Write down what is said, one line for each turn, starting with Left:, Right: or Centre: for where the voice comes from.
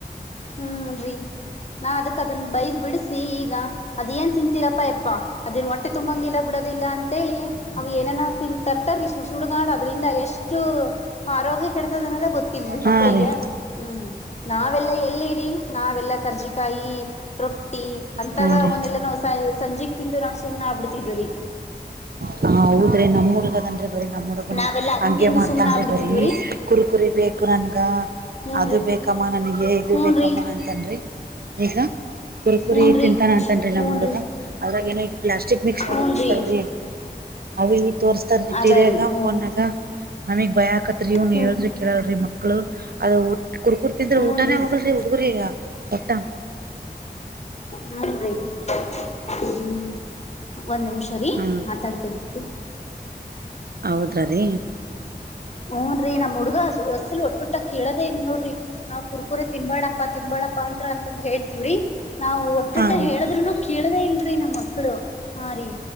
Left: ಹ್ಮ್ ರಿ ನಾ ಅದಕ್ಕ ಅದನ್ನ ಬೈದ್ ಬಿಡಿಸಿ ಈಗ ಅದೇನ್ ತಿಂತೀರಪ್ಪಾ ಎಪ್ಪಾ ಅದನ್ ಹೊಟ್ಟೆ ತುಂಬಂಗಿಲ್ಲ ಬಿಡೋದಿಲ್ಲ ಅಂತೇಳಿ ಅವ್ ಏನೇನ ತಿ ತರ್ತಾರೀ ಸುಡ್ ಸುಡ್ಗಾ ಅದ್ರಿಂದ ಎಷ್ಟ್ ಎಷ್ಟು ಆರೋಗ್ಯ ಕೆಡತದ ಅನ್ನೋದೇ ಗೊತ್ತಿಲ್ರಿ
Right: ಹಾ
Left: ಮಕ್ಕಳಿಗೆ
Right: ರೀ
Left: ಹ್ಮ್ ನಾವೆಲ್ಲ ಎಲ್ಲಿರಿ ನಾವೆಲ್ಲಾ ಕರ್ಜಿಕಾಯಿ ರೊಟ್ಟಿ ಅಂತವ
Right: ಹಾ ರೀ
Left: ಅವನ್ನೆಲ್ಲಾ ನಾವ್ ಸಂಜಿ ತಿಂದಿ ನಾವ್ ಸುಮ್ನೆ ಆಗ್ಬಿಡ್ತಿದ್ ರಿ.
Right: ಹ ಹೌದ್ರಿ ನಮ್ ಹುಡ್ಗದನ್ರಿ ಬರಿ ನಮ್ಮ್ ಹುಡ್ಗನ
Left: ನಾವೆಲ್ಲಾ ಅದನ್
Right: ಹಂಗೆ
Left: ತಿಂದು
Right: ಮಾಡ್ತನ್
Left: ಸುಮ್ನ ಆಗ್ಬಿಡ್ತಿದ್ವ್ರೀ
Right: ಬರೀ. ಕುರ್ಕುರಿ ಬೇಕು ನನ್ಗ.
Left: ಹೂನ್ರಿ
Right: ಅದು ಬೇಕಮ್ಮ ನನ್ಗೆ ಇದು
Left: ಹೂನ್ರಿ
Right: ಬೇಕಮ್ಮ ಅಂತನ್ ರಿ ಈಗ. ಎ ಕುುರ್ಕುರಿ
Left: ಹೂನ್ರಿ
Right: ತಿಂತಾನ್ ಅಂತನ್ರಿ ನಮ್ಮ್
Left: ಹೂನ್ರಿ
Right: ಹುಡುಗ ಅದ್ರಾಗ ಏನ ಪ್ಲಾಸ್ಟಿಕ್ ಮಿಕ್ಸ್
Left: ಹೂನ್ರಿ
Right: ಆಗೇತ್ತಂತಲ್ರಿ ಅವು ಇವ ತೋರ್ಸ್ತಾರಿ
Left: ಅದಾರಿ
Right: ಟಿವಿಯಾಗ
Left: ಹೂನ್ರಿ
Right: ಫೋನ್ನಾಗ. ನಮಿಗ್ ಭಯಗ್ಕತ್ರಿ ಇವ್ನು
Left: ಹ್ಮ್
Right: ಹೇಳಿದ್ರೆ ಕೇಳಲ್ರಿ ಮಕ್ಳು ಅದುಟ್- ಕುರ್ಕುರ್
Left: ಹೂನ್ರಿ
Right: ಊಟಾನೇ ಹೊಗಲ್ರಿ ಹುಡ್ಗುರಿಗ ಒಟ್ಟ
Left: ಹ್ಮ ರೀ ಹ್ಮು ಒಂದ್ ನಿಮಿಷ ರೀ
Right: ಹಾ
Left: ಮಾತಾಡ್ತಿತಿ.
Right: ಹೌದ ರೀ.
Left: ಹುನ್ ರೀ ನಮ್ ಹುಡ್ಗ ಹೊಸಲು ಒಟ್ಟುಟ ಕೇಳದೇ ಇಲ್ಲ ನೋಡ್ರಿ ನಾವ್ ಕುರ್ಕುರೆ ತಿನ್ಬಾಡಪ್ಪಾ ತಿನ್ಬಾಡ - ಅಂತ ಹೇಳ್ತಿವ್ರಿ ನಾವು ಒಟ್ಟಟ್ಟ
Right: ಹಾ ರೀ
Left: ಹೇಳದ್ರುನು ಕೇಳದೇ ಇಲ್ರಿ. <unintelligible> ನಿಮ್ಮ್ ಮಕ್ಕಳು ಹಾ ರೀ